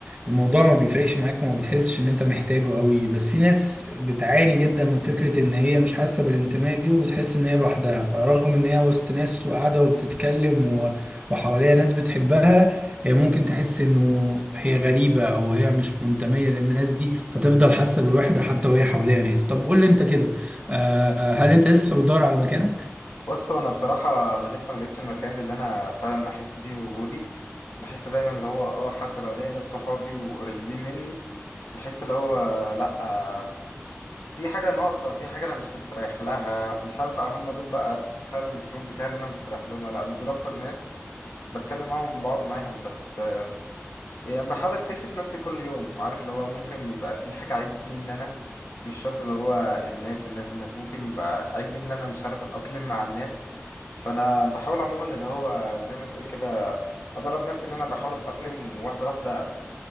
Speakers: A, on the right (about 25°); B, on the left (about 65°).
A: الموضوع ما بيفرقش معاك وما بتحسش ان انت محتاجه قوي بس في ناس بتعاني جدا من فكرة ان هي مش حاسة بالانتماء دي وبتحس ان هي لوحدها فرغم ان هي وسط ناس وقاعدة وبتتكلم و- وحواليها ناس بتحبها هي ممكن تحس انه هي غريبة او هي مش منتمية للناس دي فتفضل حاسة بالوحدة حتى وهي حواليها ناس طب قول لي انت كده آه هل انت لسه بتدور على مكانك؟
B: بص هو انا بصراحة انا لسه ملقتش المكان اللي انا فعلا احس فيه بوجودي بحس دايما اللي هو اه حتى لو ليا ناس صحابي وقريبين مني بحس اللي هو لا آه، في حاجة ناقصة في حاجة انا مش مستريح لها مش عارف بقى هم دول بقى فعلا الجروب بتاعي اللي انا مستريح لهم ولا لا بس دول اكتر ناس بتكلم معاهم بقعد معاهم بس يعني بحاول اكتشف نفسي كل يوم عارف اللي هو ممكن يبقى في حاجة عيب مني انا مش شرط اللي هو الناس الناس الناس ممكن يبقى عيب مني انا مش عارف اتأقلم مع الناس فانا بحاول عموما اللي هو زي ما تقول كده ادرب نفسي ان انا بحاول اتأقلم واحدة واحدة